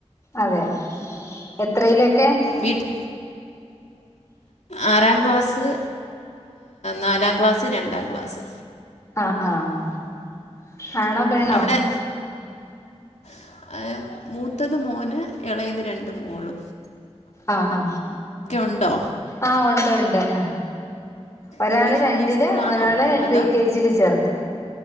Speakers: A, on the left (about 25°); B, on the left (about 85°).
A: അതെ എത്രയിലൊക്കെ
B: വീട്ട് ആറാം ക്ലാസ്സ്, നാലാം ക്ലാസ്സ്, രണ്ടാം ക്ലാസ്,
A: ആഹ ആഹ ആണോ? പെണ്ണോ?
B: അവിടെ <unintelligible> മൂത്തത് മൂന് ഇളയത് രണ്ട് മൂള്
A: ആ ആ
B: ഉണ്ടോ
A: ആ ഉണ്ട് ഉണ്ട് അ ഒരാള്
B: ഇംഗ്ലീഷ്
A: രണ്ടില്
B: മീഡിയം സ്കൂളാണോ
A: ഒരാളെ
B: അതോ
A: പ്രികെ ജിയില് ചേർത്ത്